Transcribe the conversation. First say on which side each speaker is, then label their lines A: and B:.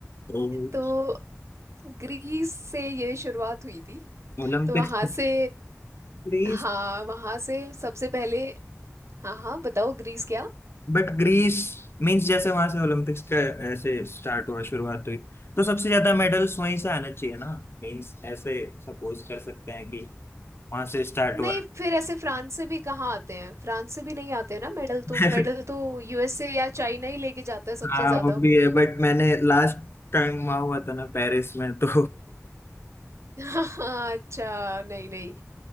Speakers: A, on the left (about 50°); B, on the right (about 60°).
A: तो
B: तो ग्रीस से ये शुरुआत हुई थी
A: Olympics
B: तो वहां से
A: Greece
B: हाँ वहां से सबसे पहले हाँ हाँ बताओ ग्रीस क्या
A: But Greece means जैसे वहां से ओलंपिक्स का ऐसे स्टार्ट हुआ शुरुआत हुई तो सबसे ज्यादा मेडल्स वहीं से आना चाहिए ना मींस ऐसे सपोज कर सकते हैं कि वहां से स्टार्ट
B: नहीं
A: हुआ
B: फिर ऐसे फ्रांस से भी कहाँ आते हैं फ्रांस से भी नहीं आते हैं ना मेडल तो
A: <laughs> है।
B: मेडल तो यूएसए या चाइना ही लेके जाता है सबसे
A: हाँ
B: ज्यादा
A: वो भी है बट मैंने लास्ट टाइम वहां हुआ था ना पेरिस में तो
B: <laughs> हाँ अच्छा नहीं नहीं